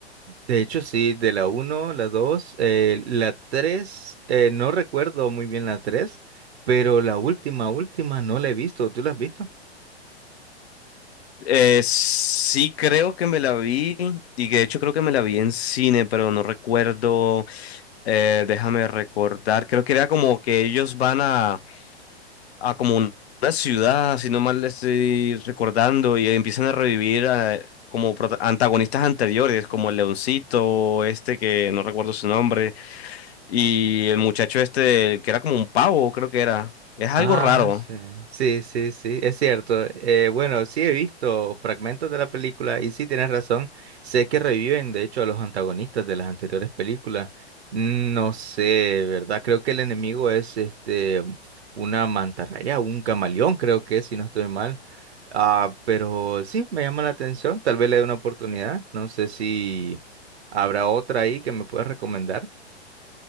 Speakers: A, on the right; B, on the left.
A: De hecho, sí, de la uno la dos eh, la tres eh, no recuerdo muy bien la tres pero la última, última no la he visto. ¿Tú la has visto?
B: Eh, sí, creo que me la vi y que de hecho creo que me la vi en cine, pero no recuerdo, eh, déjame recordar, creo que era como que ellos van a, a como un- una ciudad, si no mal estoy recordando, y empiezan a revivir eh, como prota- antagonistas anteriores, como el leoncito, este que no recuerdo su nombre, y el muchacho este que era como un pavo, creo que era. Es algo
A: Ah,
B: raro.
A: sí, sí, sí, sí, es cierto. Eh, bueno, sí he visto fragmentos de la película y sí tienes razón. Sé que reviven, de hecho, a los antagonistas de las anteriores películas. No sé, ¿verdad? Creo que el enemigo es este una mantarraya, un camaleón, creo que, es, si no estoy mal. Ah, pero sí, me llama la atención. Tal vez le dé una oportunidad. No sé si habrá otra ahí que me puedas recomendar.